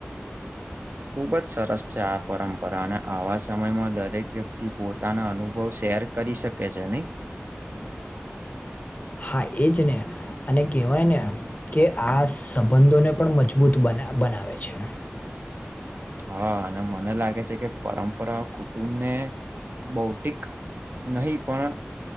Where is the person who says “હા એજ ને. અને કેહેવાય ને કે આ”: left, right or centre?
Left